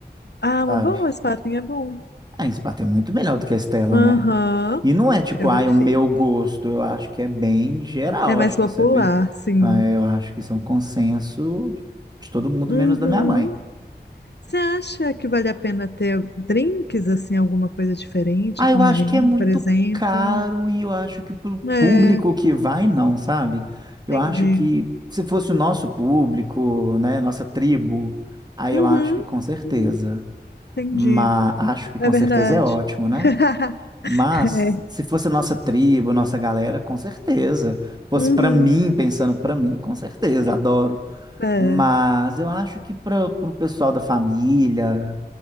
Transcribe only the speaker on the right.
sabe?
A Spaten é muito melhor do que a Estela,
né? E não é tipo,
ai,
o meu gosto. Eu acho que é bem geral.
Acho
que isso é bem.
ah, é, Eu acho que isso é um consenso de todo mundo,
menos da minha mãe.
Ah,
eu acho
que é muito
caro e eu acho que pro
público que vai, não, sabe? Eu
acho que se fosse o nosso público, né, nossa tribo, aí
eu acho que com certeza.
mas acho que com
certeza é ótimo,
né? Mas
se fosse nossa tribo, nossa galera, com certeza. Fosse
para mim, pensando para mim, com certeza, adoro.
Mas eu acho que para o pessoal da família,